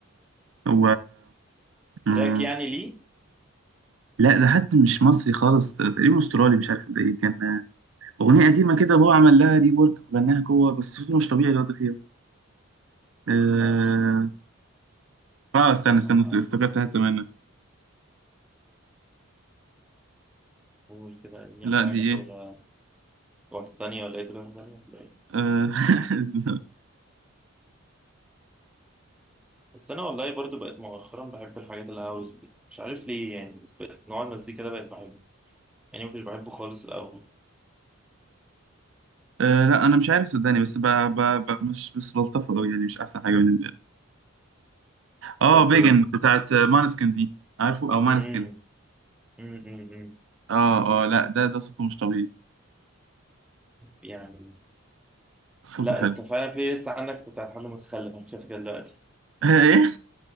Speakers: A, on the right; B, in the centre.
A: هو مم،
B: تراك يعني ليه
A: لا ده حتى مش مصري خالص تقريبا استرالي مش عارف ده ايه كان أغنية قديمة كده هو عمل لها ري ورك وغناها جوه بس صوته مش طبيعي الواد فيها آه...
B: لا مش
A: آه استنى
B: هجربها.
A: استنى است- افتكرت حتة منها
B: قول كده أي
A: لا
B: حاجة
A: دي إيه
B: ولا واحدة تانية ولا إيه تجربة تانية ولا إيه
A: آه... <laughs>
B: بس أنا والله برضو بقيت مؤخرا بحب الحاجات الهاوس دي مش عارف ليه يعني بس بقيت نوع المزيكا ده بقيت بحبه يعني ما كنتش بحبه خالص الأول
A: آه... لا أنا مش عارف صدقني بس ب... ب... ب... مش بس بلطفه أوي يعني مش أحسن حاجة بالنسبة لي آه
B: طب
A: بيجن بتاعت مانسكن دي عارفه أو مانسكن
B: امم امم
A: آه آه لا ده ده صوته مش طبيعي
B: يعني
A: صوته
B: لا
A: حلو
B: أنت فعلا بلاي ليست عندك بتاع حد متخلف أنا شايف كده دلوقتي
A: <laughs> إيه